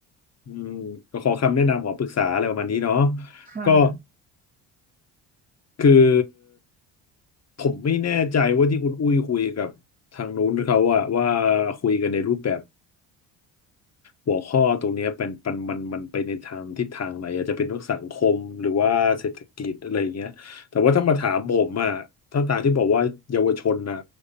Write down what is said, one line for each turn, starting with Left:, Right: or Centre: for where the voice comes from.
Left: อืมก็ขอคำแนะนำขอปรึกษาอะไรประมาณนี้เนาะ
Right: ค่ะ
Left: ก็คือผมไม่แน่ใจว่าที่คุณอุ้ยคุยกับทางนู้นเขาอะว่าคุยกันในรูปแบบ หัวข้อตรงเนี้ยเป็นมันมันมันไปในทางทิศทางไหนอาจจะเป็นทรกสังคมหรือว่าเศรษฐกิจอะไรอย่างเงี้ยแต่ว่าถ้ามาถามผมอ่ะถ้าตามที่บอกว่าเยาวชนน่ะ